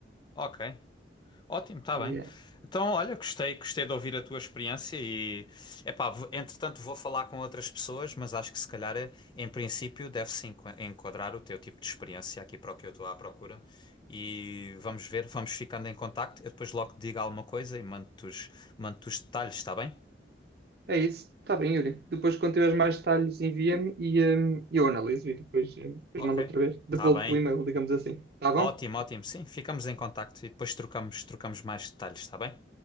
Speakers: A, on the left (about 25°); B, on the right (about 60°).
A: Ok. Ótimo, está
B: E,
A: bem.
B: eh,
A: Então, olha, gostei, gostei de ouvir a tua experiência e, epá, v- entretanto vou falar com outras pessoas, mas acho que se calhar, eh, em princípio, deve-se enqua- enquadrar o teu tipo de experiência aqui para o que eu estou à procura. E vamos ver, vamos ficando em contacto. Eu depois logo te digo alguma coisa e mando-te os, mando-te os detalhes, está bem?
B: É isso. Está bem, Yuri. Depois, quando tiveres mais detalhes, envia-me e hum, eu analiso e depois, hum, depois
A: Ok.
B: mando outra vez. Devolvo-te
A: Está bem.
B: o e-mail, digamos assim. Está bom?
A: Ótimo, ótimo. Sim, ficamos em contacto e depois trocamos, trocamos mais detalhes, está bem?